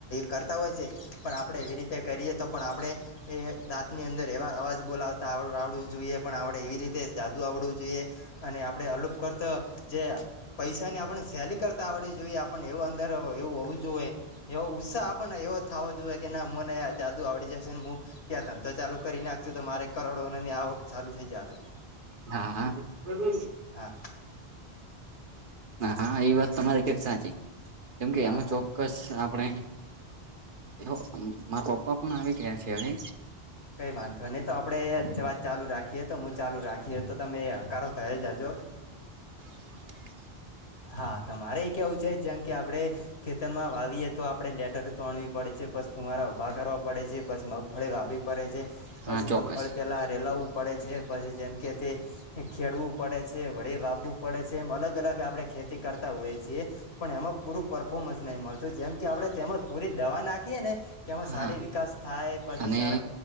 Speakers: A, on the left (about 80°); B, on the right (about 55°).
A: કરતા હોય છે પણ આપડે રીતે કરીએ તો પણ આપણે એ દાંતની અંદર એવા અવાજ બોલાવતા આવ આવડું જોઈએ. પણ આપણે એવી રીતે જાદુ આવડવું જોઈએ અને આપણે અલુપ કરતો જે- પૈસા ની આપણે સેલી કરતા આવડવી જોઈએ આપને એવું અંદર એવું હોવું જોઇએ. એવો ઉત્સાહ આપણને એવો થવો જોઈએ કે ના મને જાદુ આવડી જશેને હ તો ચાલુ કરી નાખશુ તો મારે કરોડોને આવક ચાલુ થઇ જાત
B: હા હા
A: હા.
B: હા એ વાત તમારી ક સાચી કેમ કે
A: હા
B: એમાં
A: હા
B: ચોક્કસ આપણે એ મારા પપ્પા પણ આવી ગયા છે હવે
A: કઈ વાંધો નહી તો આપડે વાત ચાલુ રાખીએ તો હું ચાલુ રાખીએ તો તમે કરો તો જ જો.
B: <inaudible>
A: હા તમારે કેવું છે જેમ કે આપડે ખેતર માં વાવીએે તો આપડે લેટર તોણવી પડે છે પસ ફુવારા ઉભા કરવા પડે છે પસ મગફળી વાવી પરે છે
B: હા
A: પછી
B: ચોક્કસ
A: મગફળી પેલા રેલાવવું પડે છે પછી જેમ કે તે એ ખેડવું પડે છે વળી વાવવું પડે છે એમ અલગ અલગ આપડે ખેતી કરતા હોઈએ છીએ. પણ એમાં પૂરું પરફોર્મન્સ નહી મળતું જેમ કે આપડે તેજ પૂરી દવા નાખીએ ને તેમાં
B: હા
A: સારી વિકાસ થાય પછી
B: અને
A: સારા